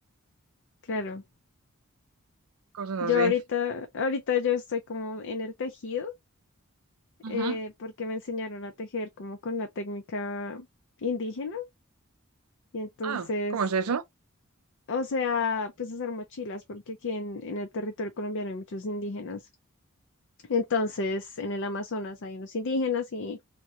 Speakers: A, on the left; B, on the right.
A: claro.
B: Cosas
A: Yo
B: así.
A: ahorita, ahorita yo estoy como en el tejido,
B: Ujú.
A: eh, porque me enseñaron a tejer como con la técnica indígena. Y entonces
B: Ah, ¿cómo es eso?
A: O sea, pues hacer mochilas, porque aquí en, en el territorio colombiano hay muchos indígenas. Entonces, en el Amazonas hay unos indígenas y